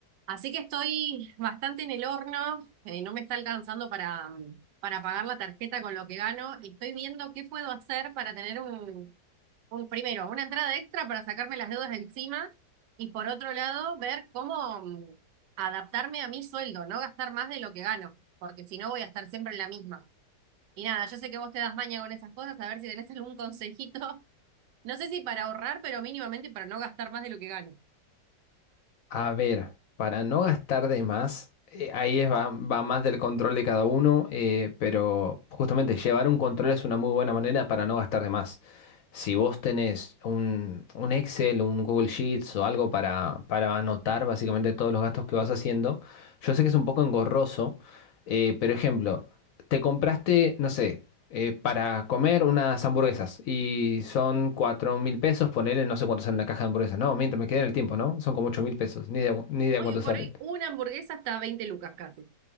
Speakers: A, on the right; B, on the left.
A: Así que estoy bastante en el horno, eh, no me está alcanzando para, mm, para pagar la tarjeta con lo que gano y estoy viendo qué puedo hacer para tener un, un primero, una entrada extra para sacarme las deudas de encima y por otro lado ver cómo mm, adaptarme a mi sueldo, no gastar más de lo que gano, porque si no voy a estar siempre en la misma. Y nada, yo sé que vos te das maña con esas cosas, a ver si tenés algún consejito, <laughs> no sé si para ahorrar, pero mínimamente para no gastar más de lo que gano.
B: A ver, para no gastar de más, eh, ahí es, va, va más del control de cada uno, eh, pero justamente llevar un control es una muy buena manera para no gastar de más. Si vos tenés un, un Excel, un Google Sheets o algo para, para anotar básicamente todos los gastos que vas haciendo, yo sé que es un poco engorroso, eh, pero ejemplo, te compraste, no sé, eh, para comer unas hamburguesas y son 4 mil pesos, ponele, no sé cuánto sale una caja de hamburguesas. No, mientras me quedé en el tiempo, ¿no? Son como 8 mil pesos, ni idea, cu- ni idea
A: Hoy
B: cuánto
A: por
B: salen.
A: hoy una hamburguesa está a 20 lucas casi.